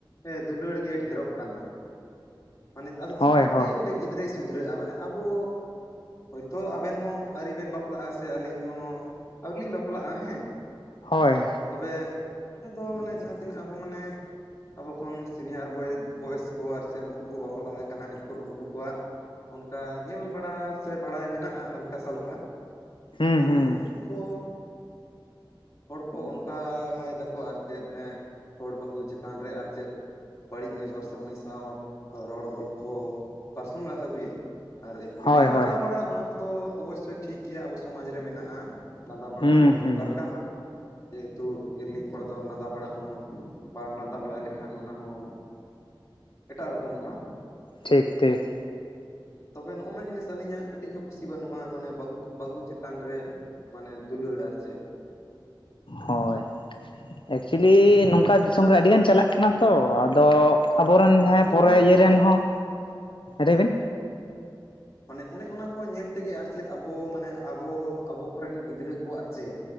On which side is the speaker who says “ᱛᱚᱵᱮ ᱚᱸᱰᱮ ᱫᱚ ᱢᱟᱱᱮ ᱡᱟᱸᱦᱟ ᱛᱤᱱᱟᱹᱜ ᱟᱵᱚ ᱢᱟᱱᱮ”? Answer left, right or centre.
Left